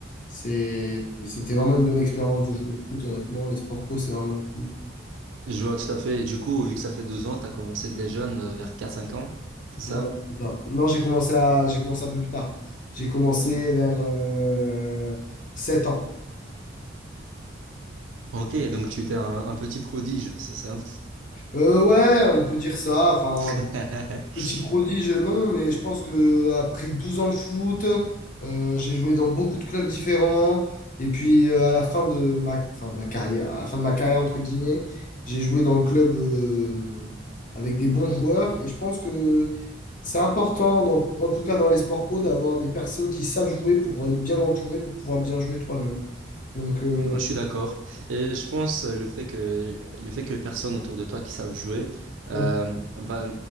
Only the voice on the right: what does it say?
Je vois tout à fait. Et du coup, vu que ça fait 12 ans, t'as commencé dès jeune, euh, vers quatre cinq ans. C'est ça?
Ok, donc tu étais un, un petit prodige, c'est ça?
<laughs>
Non, je suis d'accord. Et je pense euh, le fait que le fait que les personnes autour de toi qui savent jouer, euh,
bah,